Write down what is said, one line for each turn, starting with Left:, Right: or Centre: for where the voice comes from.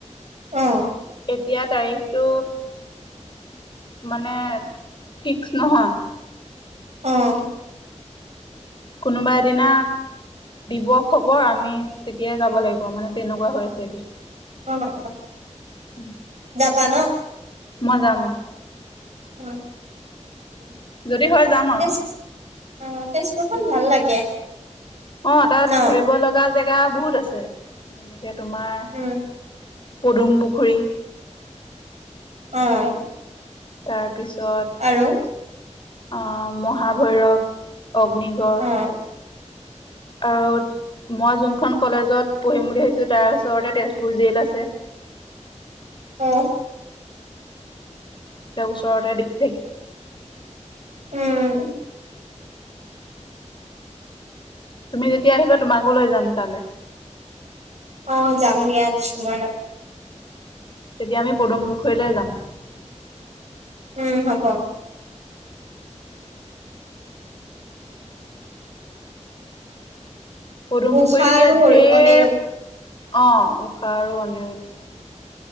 Right: অ'।
Left: এতিয়া তাৰিখটো মানে ফিক্স নহয়।
Right: অ'।
Left: কোনোবা এদিনা দিব খবৰ আমি তেতিয়াই যাব লাগিব মানে, তেনেকুৱা হৈ আছে এতিয়া।
Right: অ', অ'।
Left: <inaudible>
Right: যাবা ন?
Left: মই যাম অ'।
Right: <inaudible>
Left: যদি হয়, যাম আৰু।
Right: তেজ অ', তেজপুৰখন ভাল লাগে।
Left: অ', তাত
Right: ন?
Left: ঘূৰিব লগা জেগা বহুত আছে, যেনেকে তোমাৰ
Right: উম,
Left: পদুম পুখুৰী।
Right: অ'।
Left: তাৰপিছত
Right: আৰু
Left: আহ, মহাভৈৰৱ, অগ্নিগড়।
Right: অ',
Left: আ <unintelligible> মই যোনখন কলেজত পঢ়িম বুলি ভাবিছো তাৰ ওচৰতে তেজপুৰ জেল আছে।
Right: অ'।
Left: এতিয়া ওচৰতে দিখি <unintelligible> থাকি
Right: উম।
Left: তুমি যেতিয়া আহিবা তোমাকো লৈ যাম তালৈ।
Right: অ', যাম দিয়া আছু <unintelligible> ম
Left: তেতিয়া আমি পদুম পুখুৰীলৈ যাম।
Right: উম, হ'ব।
Left: পদুম
Right: উষা
Left: পুখুৰীত
Right: আৰু
Left: এতিয়া ঢেৰ,
Right: অনি
Left: অ', ঊষা আৰু অনিৰুদ্ধ